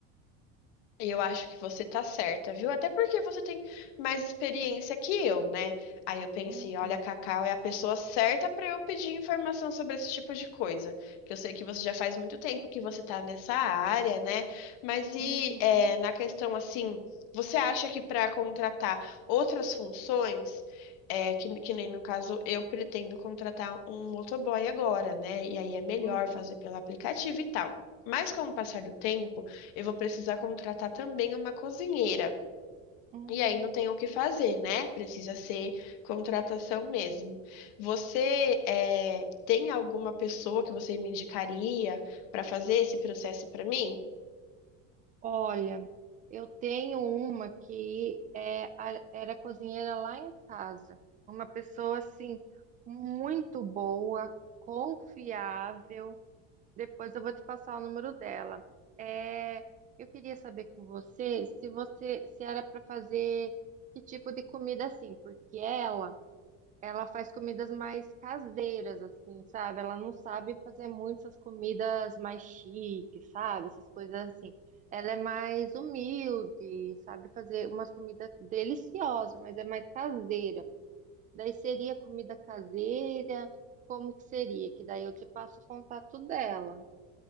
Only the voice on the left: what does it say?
E eu acho que você tá certa, viu? Até porque você tem mais experiência que eu, né? Aí eu pensei,
olha, a Cacau é a pessoa certa para eu pedir informação sobre esse tipo de coisa. Que eu sei que você já faz muito tempo que você tá nessa área, né? Mas e
é, na questão assim, você acha que para contratar outras funções, é, que, que nem no caso eu pretendo contratar um motoboy agora, né? E aí é melhor
fazer pelo aplicativo e tal. Mas com o passar do tempo eu vou precisar contratar também uma cozinheira.
E aí não tem o que fazer, né? Precisa ser contratação mesmo. Você eh, tem alguma pessoa que você me indicaria para fazer esse processo para mim?